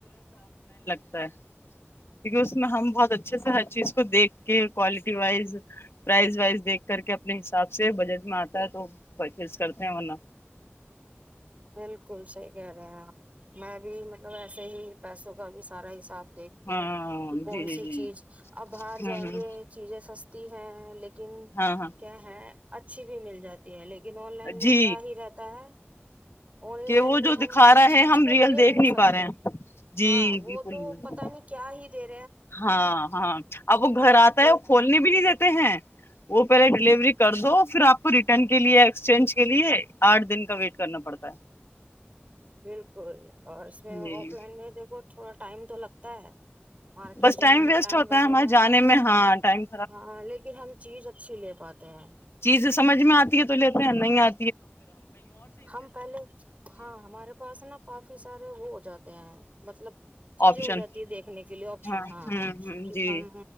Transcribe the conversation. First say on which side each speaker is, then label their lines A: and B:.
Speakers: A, on the right (about 35°); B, on the left (about 70°).
A: گرمی کا
B: پ کیونک اس میں ہم بہت اچھا اچھے سے ہر چیز کو دیکھ کے کوالٹی وائز پرائز وائز دیکھ کر کے اپنے حساب سے بجٹ میں آتا ہے تو پرچیز کرتے ہیں ورنہ
A: بالکل صحیح ج رہ ہاں میں بھی مطلب ایسے ہی پیسوں کا بھی سارا حساب دیکھ کے
B: ہاں
A: کہ کون
B: جی جی
A: سی
B: جی
A: چیز اب باہر
B: ہاں
A: جائیں
B: ہاں
A: گے چیزیں سستی ہے لیکن
B: ہاں ہاں
A: کیا ہے اچھی بھی مل جاتی ہے لیکن لیکن آن لائن میں
B: جی
A: کیا ہی رہتا ہے آن
B: کہ
A: لائن
B: وہ
A: میں
B: جو
A: ہم
B: دکھا
A: کچھ
B: رہا ہے
A: چیز
B: ہم
A: کو
B: ریئل
A: دیکھ نہیں سکتے
B: پا رہے ہیں جی
A: ہاں وہ
B: بالکل
A: تو پتا نہیں کیا ہی د
B: ہاں ہاں اب وہ گھر آتا
A: کوئی
B: ہے وہ کھولنے بھی نہیں دیتے ہیں وہ پہلے ڈیلیوری کر دو پھر آپ کو ریٹرن کے لیے ایکسچینج کے لیے آٹھ دن کا ویٹ کرنا پڑتا ہے
A: بالکل اور اس میں
B: جی
A: آف لائن میں دیکھو تھوڑا ٹائم تو لگتا مارکیٹ
B: بس
A: جانے میں
B: ویسٹ
A: ٹائم
B: ہوتا
A: وغیرہ
B: ہمارے جانے
A: ہے
B: میں ہاں ٹائم
A: ہاں لیکن ہم چیز اچھی لے پاتے ہیں
B: چیز سمجھ میں آتی ہے تو لیتے ہیں نہیں آ
A: ہم پہلے ہاں ہمارے پاس ہے نا کافی سارے وہ ہو جاتے ہیں مطلب چیزیں
B: آپشن
A: ہو جاتی ہے دیکھنے کے لیے آپشن
B: ہوں
A: ہاں
B: ہ
A: کہ
B: جی
A: ہم